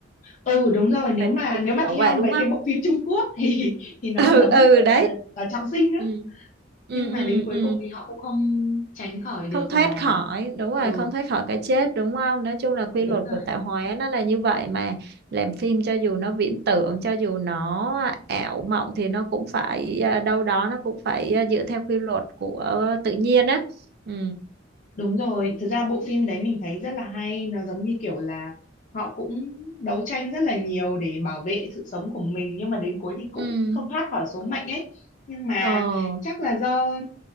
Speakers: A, on the left (about 40°); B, on the right (about 55°).
A: ừ đúng
B: thì
A: rồi nếu
B: phải
A: mà
B: phải kiểu
A: nếu
B: kiểu
A: mà theo
B: vậy
A: mấy
B: đúng không
A: cái bộ phim Trung Quốc thì thì
B: <laughs>
A: nó
B: ừ
A: giống
B: ừ
A: như
B: đấy
A: là là trọng sinh đó
B: ừ ừ
A: nhưng mà
B: ừ
A: đến cuối
B: ừ
A: cùng thì họ cũng không tránh khỏi được
B: không thoát
A: là
B: khỏi đúng rồi
A: ừ
B: không thoát khỏi cái chết đúng không nói chung là quy
A: đúng
B: luật
A: rồi
B: của tạo hóa nó là như vậy mà làm phim cho dù nó viễn tưởng cho dù nó ảo mộng thì nó cũng phải à, đâu đó nó cũng phải à, dựa theo quy luật của tự nhiên á ừ
A: Đúng rồi, thực ra bộ phim đấy mình thấy rất là hay, nó giống như kiểu là họ cũng đấu tranh rất là nhiều để bảo vệ sự sống của mình nhưng mà đến cuối thì cũng
B: ừ
A: không thoát khỏi số mệnh ấy. Nhưng mà
B: ờ
A: chắc là do